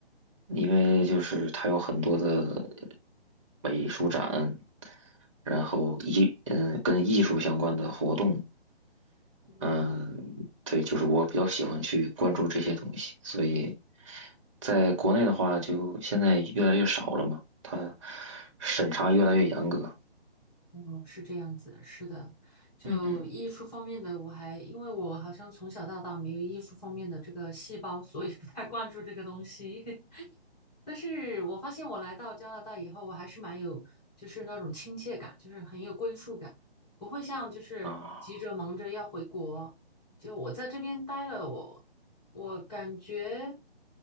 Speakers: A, on the right (about 30°); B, in the centre.
A: 因为就是它有很多的美术展，然后艺嗯跟艺术相关的活动，嗯，
B: 哦。
A: 对，就是我比较喜欢去关注这些东西，所以在国内的话，就现在越来越少了嘛，它审查越来越严格，
B: 哦，是这样子，是的，就艺术方面的，
A: 嗯嗯
B: 我还因为我好像从小到大没有艺术方面的这个细胞，所以不太关注这个东西。<laughs> 但是我发现我来到加拿大以后，我还是蛮有就是那种亲切感，就是很有归属感，不会像就是急着忙着要回国。
A: 啊。
B: 就我在这边待了我，我感觉